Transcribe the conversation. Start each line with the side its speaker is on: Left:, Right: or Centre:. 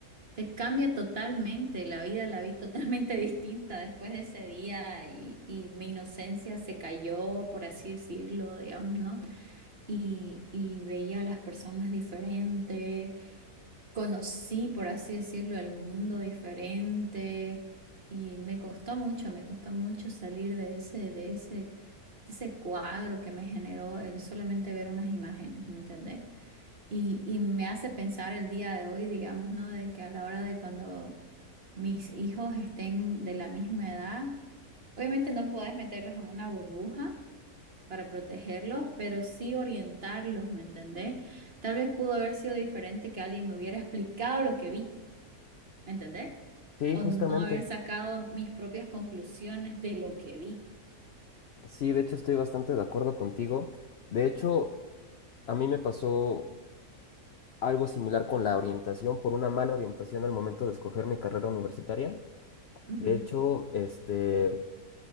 Right: Te cambia totalmente, la vida la vi totalmente <laughs> distinta después de ese día y, y mi inocencia se cayó, por así decirlo, digamos, ¿no? Y, y veía a las personas diferentes, conocí, por así decirlo, el mundo diferente y me costó mucho, me costó mucho salir de ese, de ese, de ese cuadro que me generó el solamente ver unas imágenes, ¿me entendés? Y, y me hace pensar el día de hoy, digamos, ¿no? De que a la hora de cuando mis hijos estén de la misma edad. Obviamente no podés meterlos en una burbuja para protegerlos, pero sí orientarlos, ¿me entendés? Tal vez pudo haber sido diferente que alguien me hubiera explicado lo que vi, ¿me entendés?
Left: Sí,
Right: O
Left: justamente.
Right: no haber sacado mis propias conclusiones de lo que vi.
Left: Sí, de hecho estoy bastante de acuerdo contigo. De hecho, a mí me pasó algo similar con la orientación, por una mala orientación al momento de escoger mi carrera universitaria.
Right: Ujú,
Left: De hecho, este,